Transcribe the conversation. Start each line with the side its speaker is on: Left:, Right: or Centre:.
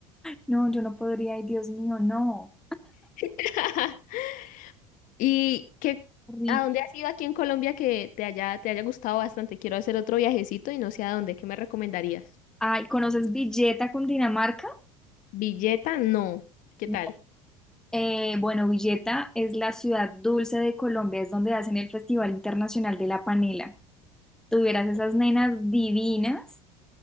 Centre: no, yo no podría, ay, Dios mío, no,
Left: <laughs> ¿Y qué,
Centre: horrible.
Left: a dónde has ido aquí en Colombia que te haya, te haya gustado bastante? Quiero hacer otro viajecito y no sé a dónde, ¿qué me recomendarías?
Centre: Ay, ¿conoces Villeta, Cundinamarca?
Left: Villeta, no. ¿Qué
Centre: No.
Left: tal?
Centre: Eh, bueno, Villeta es la ciudad dulce de Colombia, es donde hacen el Festival Internacional de la Panela. Tuvieras esas nenas divinas,